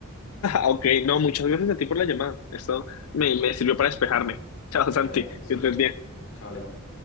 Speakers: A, on the left (about 80°); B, on the left (about 60°).
A: Ok, no, muchas gracias a ti por la llamada. Esto me, me sirvió para despejarme. Chao,
B: Está
A: Santi,
B: bien, súper.
A: que estés bien.
B: Chao, Alejo.